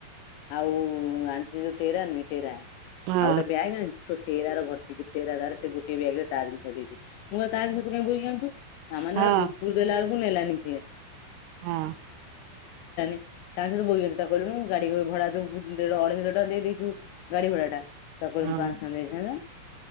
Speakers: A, on the left; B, on the right.
A: ଆଉ ଆଣିଛି ଯୋଉ ଟେରା ନୁହେଁ ଟେରା
B: ହଁ
A: ଆଉ ଗୋଟେ ବ୍ୟାଗ୍ ଆଣିଛି <unintelligible> ଟେ ଭର୍ତ୍ ଗୋଟେଧାର ସେ ଗୋଟଏ ବ୍ୟାଗରେ ତା ଜିନିଷ ଦେଇଛି। ମୁଁ ତ ତା ଜିନିଷ ତୁହି ବହିକି ଆଣିଚୁ ସାମାନ୍ୟ
B: ହଁ
A: ଗୋଟେ ବିସ୍କୁଟ ଦେଲା ବେଳକୁ ନେଲାନିସିଏ।
B: ହଁ
A: <inaudible> ତାଙ୍କ ସହିତ ବହିଗ ଚତା କୁ ଗାଡି ଭଡା ଯୋ ଦେଢ ଅଢେଇ ହଜାର ଟଙ୍କା ଦେଇେଇଛୁ ଗାଡି ଭଡା ଟା। ତାକୁ
B: ହଁ
A: ମୁ ପାଞ୍ଚ ଟଙ୍କା ଦେଇଥାନ୍ତା।